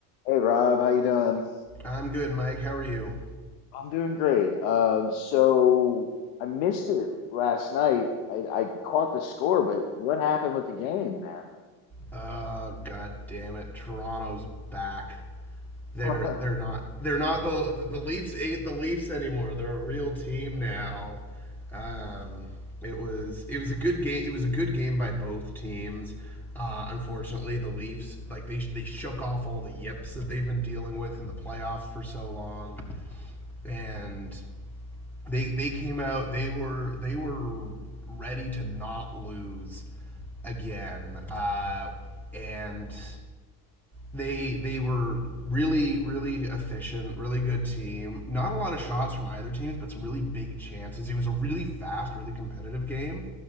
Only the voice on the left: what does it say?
Hey Rob, how you doing?
I'm doing great. Um, so I missed it last night. I, I caught the score, but what happened with the game,
man? <laughs>